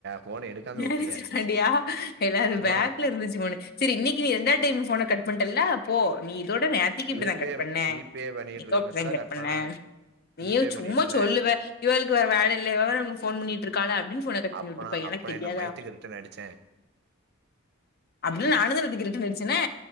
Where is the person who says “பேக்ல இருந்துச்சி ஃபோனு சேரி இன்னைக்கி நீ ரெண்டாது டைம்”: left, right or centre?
Left